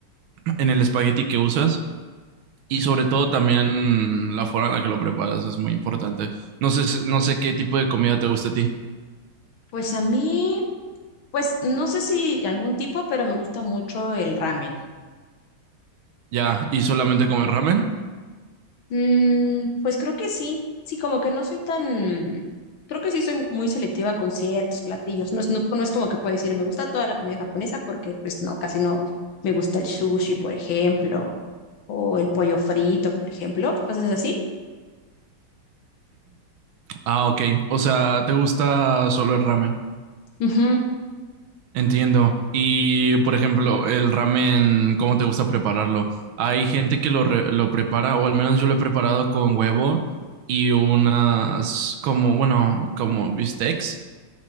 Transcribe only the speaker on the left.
Pues a mí, pues no sé si algún tipo, pero me gusta mucho el ramen.
Mm, pues creo que sí, sí, como que no soy tan, creo que sí soy muy selectiva con ciertos platillos. No es, no, no es como que puedo decir, me gusta toda la comida japonesa porque pues no, casi no me gusta el sushi, por ejemplo, o el pollo frito, por ejemplo, cosas así
Ujú,